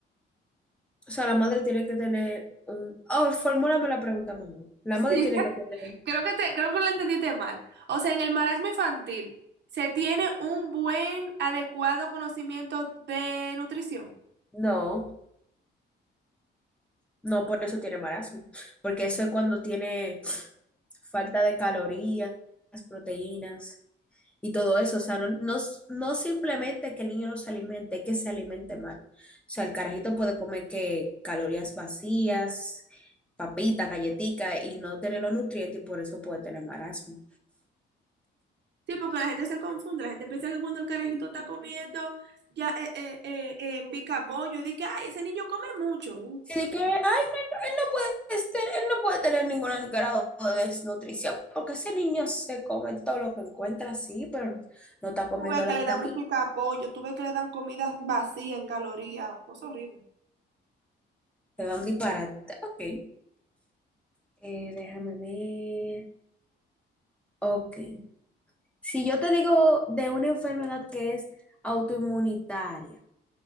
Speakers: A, in the centre; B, on the right (about 60°).
A: O sea, la madre tiene que tener un... Oh, formúlame la pregunta mejor. La
B: Sí.
A: madre
B: <laughs>
A: tiene que tener...
B: Creo que te, creo que lo entendiste mal. O sea, en el marasmo infantil, ¿se tiene un buen, adecuado conocimiento de nutrición?
A: No. No por eso tiene marasmo, porque eso es cuando tiene falta de calorías, proteínas y todo eso. O sea, no, no, no simplemente que el niño no se alimente, es que se alimente mal. O sea, el carajito puede comer que calorías vacías, papita, galletica y no tener los nutrientes y por eso puede tener marasmo.
B: Sí, porque la gente se confunde, la gente piensa que cuando el carajito está comiendo ya eh, eh, eh, eh, pica pollo, y dice que, ay, ese niño come mucho.
A: Sí, de que, ay, no, no, él no puede, este, él no puede tener ningún grado de desnutrición, porque ese niño se come todo lo que encuentra, sí, pero no está comiendo
B: Tú ves
A: la
B: que le
A: vitamina.
B: dan un pica pollo, tú ves que le dan comidas vacías en calorías, cosa horrible.
A: Te dan disparate. Ok. Eh, déjame ver. Ok. Si yo te digo de una enfermedad que es autoinmunitaria,